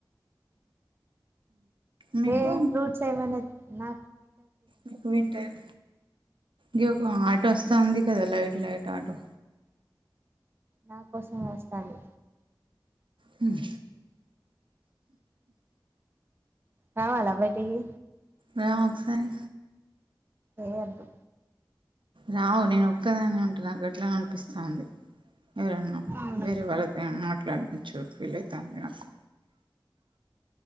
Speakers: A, on the right; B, on the right.
A: మీకు
B: ఏ ఫ్రూట్స్ ఏమన్నా. నా
A: ఇంకా వింటర్ గివ్ గాడ్. ప్రస్త ఉంది కదా లైట్ లైట్ ఆటో
B: నా కోసం వేస్తాడు
A: హ్మ
B: కావాలా బయటికి
A: రా ఒకసారి
B: ఏ వధూ
A: రావు నేను ఒక్కదాని ఉంటా నాకు ఎట్లనో అనిపిస్తంది పిస్తది ఎరన్నా
B: అవును
A: వేరే వాళ్ళతో ఏమన్నా మాట వినాయక చవితికి కెళ్లి ఐతాంది నాకు.